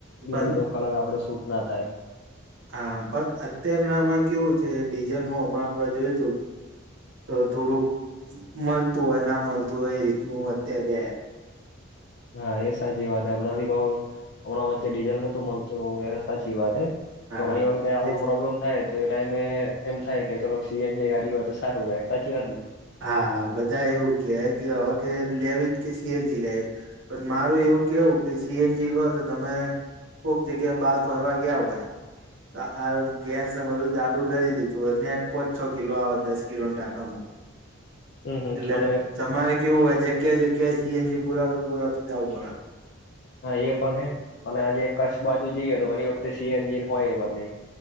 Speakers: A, on the left; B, on the right.
A: બીજો
B: પણ
A: બધો કલર આપડે સૂટ ના થાય.
B: આ પન અત્યારના આમાં કેવું છે, ડીઝલ નું અમણાં આપડે જોએ તો ત થોડુંક મલતું ઓય ના મલતું હોય, એ રીતનું અત્યારે
A: હા, એ સાચી વાત. હમણાં થી બઉ હમણાં વચ્ચે ડીઝલ નોતું મલતું, એ વાત સાચી વાત હૈ.
B: હા
A: તો ઘની વખ્તે આવો
B: એટલે
A: પ્રોબ્લેમ થાય તો એ ટાઈમે એમ થાય કે, ચલો સીએનજી ગાડી હોય તો સારું રેય. સાચી વાત ને.
B: હા, બધા એવું કેય કે અવે
A: હમ.
B: કે લેવી જ કે સીએનજી લે. પન મારુ એવુ કેવુ કે સીએનજી લો, તો તમે કોક જગ્યા બાર ફરવા ગીયા હોયે આ આરર.. ગેસ ને બધું જાઠું કરી દીધુ એટલે પોંચ છો કિલો આવે દસ કિલો ટાંકમં.
A: હમ હમ
B: એટલે
A: અને
B: તમારે કેવું હોય, જગ્યા-જગ્યાએ સીએનજી પુરાતું પુરાવતું જાવું પડે.
A: હા, એ પણ હે અને આજે કચ્છ બાજુ જઈએ, તો ઘણી વખતે સી એન્જિન હોય એ બન્ને.